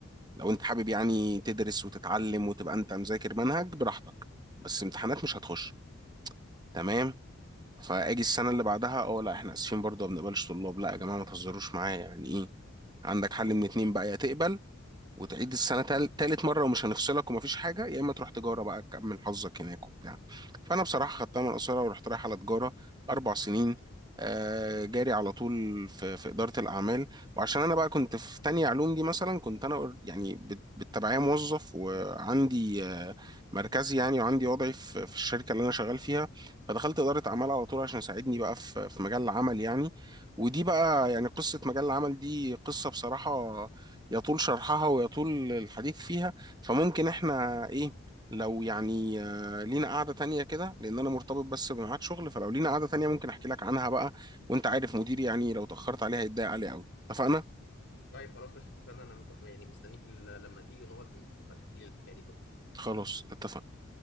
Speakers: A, on the right (about 20°); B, on the left (about 60°).
A: لو انت حابب يعني تدرس وتتعلم وتبقى انت مذاكر منهج براحتك بس امتحانات مش هتخش تمام فاجي السنه اللي بعدها اه لا احنا اسفين برضه ما بنقبلش طلاب لا يا جماعه ما تهزروش معايا يعني ايه عندك حل من اتنين بقى يا تقبل وتعيد السنة تال- تالت مرة ومش هنفصلك ومفيش حاجة يا إما تروح تجارة بقى تكمل حظك هناك وبتاع فأنا بصراحة خدتها من قصيرة ورحت رايح على تجارة أربع سنين آه، جاري على طول في, في إدارة الأعمال وعشان أنا بقى كنت في تانية علوم دي مثلا كنت أنا أور- يعني بال- بالتبعية موظف وعندي آه، مركزي يعني وعندي وضعي في, في الشركة اللي أنا شغال فيها فدخلت إدارة أعمال على طول عشان يساعدني بقى في, في مجال العمل يعني ودي بقى يعني قصة مجال العمل دي قصة بصراحة يطول شرحها ويطول الحديث فيها فممكن احنا ايه لو يعني آه، لينا قعدة تانية كده لأن أنا مرتبط بس بميعاد شغل فلو لينا قعدة تانية ممكن أحكي لك عنها بقى وأنت عارف مديري يعني لو تأخرت عليها هيتضايق عليه أوي اتفقنا؟
B: طيب خلاص ماشي اتفقنا انا مت- يعني مستنيك ال- لما تيجي ونقعد يبقى تحكي لي الحكايه دي كلها
A: خلاص اتفقنا